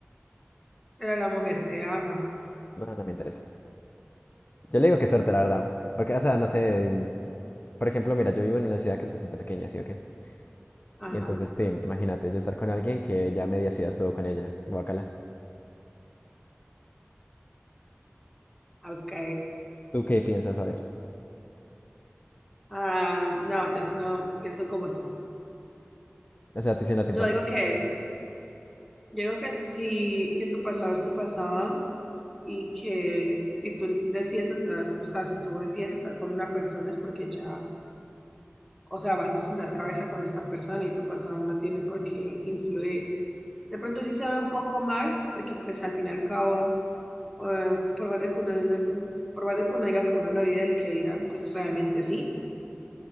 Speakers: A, in the centre; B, on the left.
A: Pero la mujer te ama.
B: No, no me interesa. Yo le digo qué suerte, la verdad. Porque, o sea, no sé. Por ejemplo, mira, yo vivo en una ciudad que es bastante pequeña, ¿sí o qué?
A: Ajá.
B: Y entonces, tin, imagínate, yo estar con alguien que ya media ciudad estuvo con ella. Guácala.
A: Ok.
B: ¿Tú qué piensas A ver.
A: Ah, no, yo sí no pienso como tú.
B: O sea, a ti sí no
A: Yo
B: te importa.
A: digo que Yo digo que sí, que tu pasado es tu pasado y que si tú decides entrar, o sea, si tú decides estar con una persona es porque ya, o sea, vas a sentar cabeza con esta persona y tu pasado no tiene por qué influir. De pronto sí se ve un poco mal, porque pues al fin y al cabo, eh, por más de que uno, no, por más de que uno diga que uno no vive del que dirán, pues realmente sí.